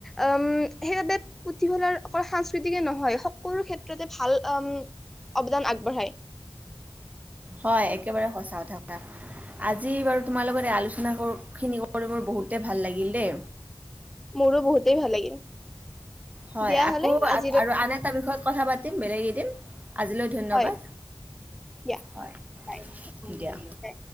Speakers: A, in the centre; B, on the right (about 20°).
A: উম, সেইবাবে পুথিভঁৰাল অকল‌ সাংস্কৃতিকে নহয়, সকলো ক্ষেত্ৰতে ভাল অৱদান আগবঢ়ায়।
B: হয়, একেবাৰে সঁচা কথা, কথা। আজি বাৰু তোমাৰ লগত এই আলোচনা খিনি কৰি মোৰ বহুতে ভাল লাগিল দেই।
A: মোৰোঁ বহুতেই ভাল লাগিল।
B: হয়,
A: দিয়া
B: আকৌ,
A: হলে আজিলৈ
B: আৰু আন এটা বিষয়ত কথা পাতিম। বেলেগ এদিন। আজিলৈ ধন্যবাদ,
A: হয় দিয়া
B: হয়
A: বাই
B: দিয়া।
A: বাই।